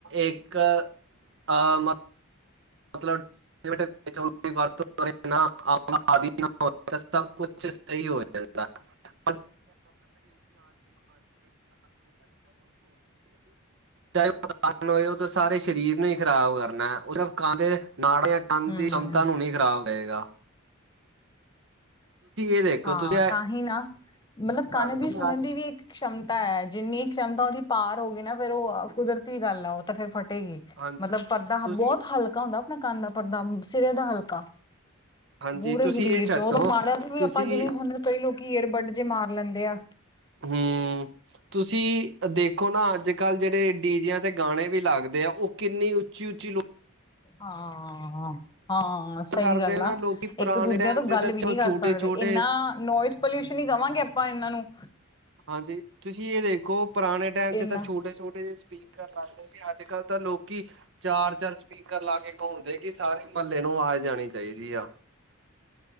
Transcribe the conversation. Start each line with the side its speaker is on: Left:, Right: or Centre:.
Right: ਇੱਕ ਆ। ਮਤਲਬ <unintelligible> ਕੁਛ ਸਈ ਹੋ ਜਾਂਦਾ। <unintelligible> <unintelligible> ਚਾਹੇ ਉਹ ਹੋਏ ਉਹ ਤਾਂ ਸਾਰੇ ਸਰੀਰ ਨੇ। ਖ਼ਰਾਬ ਕਰਨਾ ਉਸ ਕੰਨ ਦੇ ਨਾੜੇ ਕੰਨ
Left: ਹੂੰ।
Right: ਦੀ ਸਮਤਾ ਨੂੰ ਨੀ ਖ਼ਰਾਬ ਰਹੇਗਾ। ਇਹ ਦੇਖੋ
Left: ਹਾਂ,
Right: ਤੁਸੀਂ ਇਹ
Left: ਤਾਂ ਹੀ ਨਾ। ਮਤਲਬ, ਕੰਨ
Right: ਛੱਡ
Left: ਦੀ
Right: ਦਿਓ
Left: ਸੁਣਨ ਦੀ ਵੀ ਇੱਕ ਸਮਤਾ ਹੈ ਜਿੰਨੀ ਸਮਤਾ ਉਦੀ ਪਾਰ ਹੋ ਗਈ ਨਾ ਫਿਰ ਉਹ ਕੁਦਰਤੀ ਗੱਲ ਆ ਉਹ ਤਾਂ ਫਿਰ ਫਟ ਫੱਟੇਗੀ
Right: ਹਾਂਜੀ
Left: ਮਤਲਬ ਪਰਦਾ
Right: ਤੁਸੀਂ
Left: ਬੋਤ ਹਲਕਾ ਹੁੰਦਾ। ਆਪਣੇ ਕੰਨ ਦਾ ਪਰਦਾ ਸਿਰੇ ਦਾ ਹਲਕਾ।
Right: ਹਾਂਜੀ
Left: ਪੂਰੇ
Right: ਤੁਸੀਂ
Left: ਸਰੀਰ
Right: ਇਹ ਛੱਡੋ
Left: 'ਚੋ ਮਾੜਾ ਜੀ ਵੀ
Right: ਤੁਸੀਂ
Left: ਆਪਾਂ ਜਿਵੇਂ ਹੁਣ ਕਈ ਲੋਕੀ ਏਅਰਬੱਡ ਜੇ ਮਾਰ ਲੈਂਦੇ ਆ।
Right: ਹੂੰ, ਤੁਸੀਂ ਦੇਖੋ ਨਾ ਅੱਜ ਅੱਜ ਕੱਲ ਜਿਹੜੇ ਡੀਜੇ ਆਂ 'ਤੇ ਗਾਣੇ ਵੀ ਲੱਗਦੇ ਆ, ਅੋ ਕਿੰਨੀ ਉੱਚੀ-ਉੱਚੀ ਲੋ
Left: ਹਾਂ-ਹਾਂ, ਸਈ
Right: ਕਰਦੇ
Left: ਗੱਲ
Right: ਨਾ
Left: ਆ।
Right: ਲੋਕੀ ਪੁਰਾਣੇ
Left: ਇੱਕ -ਦੂਜਿਆਂ
Right: ਟਾਈਮ
Left: ਤੋਂ
Right: ਦੇ
Left: ਗੱਲ
Right: ਤਾਂ
Left: ਵੀ ਨਹੀਂ ਕਰ
Right: ਛੋਟੇ
Left: ਸਕਦੇ
Right: ਛੋਟੇ
Left: ਏਨਾ ਨੋਇਜ਼ ਪੋਲਊਸ਼ਨ ਹੀ ਕਵਾਂਗੇ ਆਪਾਂ ਇਨ੍ਹਾਂ ਨੂੰ।
Right: ਹਾਂਜੀ ਤੁਸੀਂ ਏ ਦੇਖੋ ਪੁਰਾਣੇ ਟਾਈਮ
Left: ਇਨਾ
Right: ਚ ' ਤਾਂ ਛੋਟੇ-ਛੋਟੇ ਜੇ। ਪੀਕਰ ਲਾਂਦੇ ਸੀ, ਆੱਜ-ਕਾੱਲ੍ਹ ਤਾਂ ਲੋਕੀ ਚਾਰ-ਚਾਰ ਸਪੀਕਰ ਲਾ ਕੇ ਘੁੰਮਦੇ ਕਿ ਸਾਰੀ ਮਲੇ ਨੂੰ ਵਾਜ਼ ਜਾਣੀ ਚਾਈਦੀ ਆ।